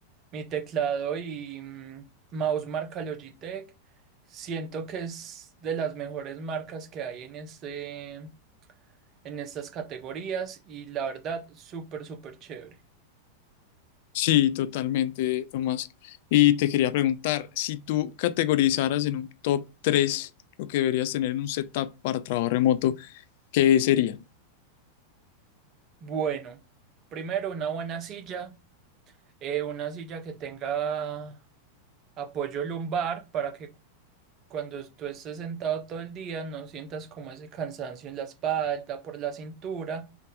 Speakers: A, on the right; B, on the left.
A: mi teclado y mm, mouse marca Logitech. Siento que es de las mejores marcas que hay en este, en estas categorías y la verdad, súper, súper chévere.
B: Sí, totalmente, Tomás. Y te quería preguntar, si tú categorizaras en un top 3 lo que deberías tener en un setup para trabajo remoto, ¿qué sería?
A: Bueno, primero una buena silla, eh, una silla que tenga apoyo lumbar para que cuando tú estés sentado todo el día no sientas como ese cansancio en la espalda, por la cintura.